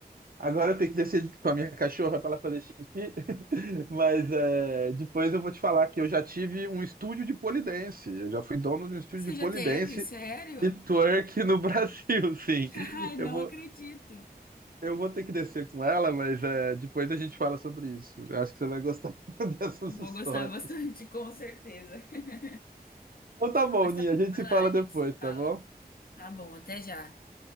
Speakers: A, on the right; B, on the left.
A: Agora eu tenho que descer com a minha cachorra para ela fazer xixi. <laughs> Mas é, depois eu vou te falar que eu já tive um estúdio de pole dance. Eu já fui dono de um estúdio
B: Você
A: de pole
B: já teve?
A: dance
B: Sério?
A: e twerk no Brasil, <laughs> sim.
B: <laughs> Ai, não
A: Eu vou,
B: acredito.
A: eu vou ter que descer com ela, mas é, depois a gente fala sobre isso. Eu acho que você vai gostar <laughs> dessas
B: Vou
A: histórias.
B: gostar bastante, com certeza. <laughs>
A: Então tá bom,
B: Mas
A: Ninha.
B: tá
A: A
B: bom,
A: gente
B: vai
A: se
B: lá,
A: fala
B: a gente
A: depois,
B: se fala.
A: tá bom?
B: Tá bom, até já.